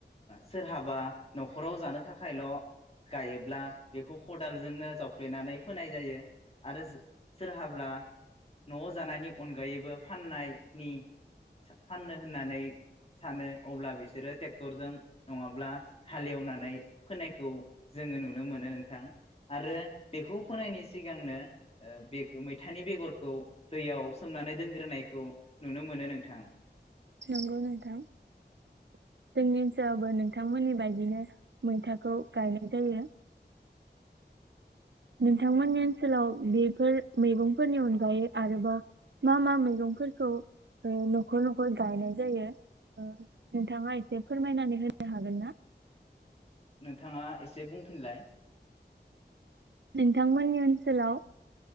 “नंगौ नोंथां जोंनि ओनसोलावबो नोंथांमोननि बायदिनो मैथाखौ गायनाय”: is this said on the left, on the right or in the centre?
Right